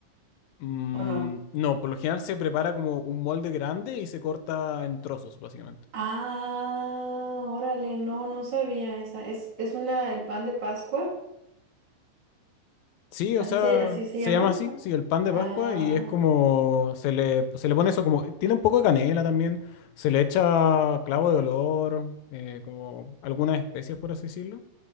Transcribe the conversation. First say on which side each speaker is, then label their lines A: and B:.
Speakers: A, on the left (about 75°); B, on the right (about 35°).
A: Mm,
B: ¿o no?
A: no, por lo general se prepara como un molde grande y se corta en trozos, básicamente.
B: Ah, órale, no, no sabía esa. Es, es una, el pan de Pascua.
A: Sí, o
B: Así
A: sea,
B: se, así se
A: se
B: llama.
A: llama así, sí, el pan de
B: Ah,
A: Pascua y es como, se le, se le pone eso como, tiene un poco de canela también, se le echa clavo de olor, eh, como algunas especias por así decirlo,